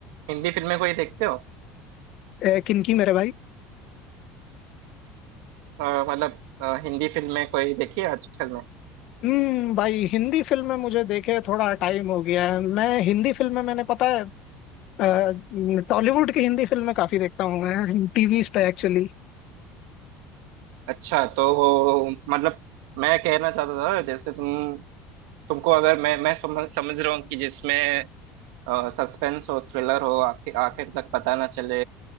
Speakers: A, on the right; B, on the left.
A: हिंदी फिल्में कोई देखते हो
B: ए, किनकी मेरे भाई
A: अ, मतलब अ, हिंदी फिल्में कोई देखी है आजकल में
B: हम्म भाई हिंदी फिल्में मुझे देखे थोड़ा टाइम हो गया है मैं हिंदी फिल्में मैंने पता है अ, टॉलीवुड की हिंदी फिल्में काफी देखता हूँ मैं टीवीज पे एक्चुअली
A: अच्छा तो वो मतलब मैं कहना चाहता था जैसे तुम तुमको अगर मैं मैं समझ समझ रहा हूँ कि जिसमें सस्पेंस हो थ्रिलर हो आखिर आखिर तक पता ना चले